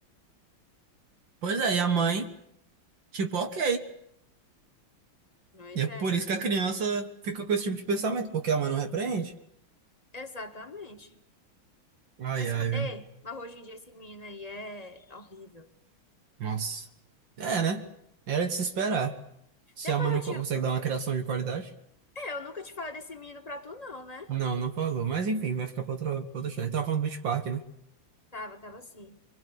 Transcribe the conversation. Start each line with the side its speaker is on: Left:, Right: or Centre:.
Right: Pois é, e a mãe, tipo, ok.
Left: Pois
Right: E é por
Left: é, meu
Right: isso
Left: filho.
Right: que a criança fica com esse tipo de pensamento, porque a mãe não repreende.
Left: Exatamente.
Right: Ai,
Left: Mas, co-
Right: ai,
Left: é,
Right: viu?
Left: mas hoje em dia esse menino aí é horrível.
Right: Nossa. É, né? Era de se esperar. Se
Left: Depois
Right: a mãe não
Left: eu tinha.
Right: co- consegue dar uma criação de qualidade.
Left: É, eu nunca te falei desse menino pra tu, não, né?
Right: Não, não falou. Mas enfim, vai ficar pra outra, pra outra história. Tava falando do Beach Park, né?
Left: Tava, tava assim.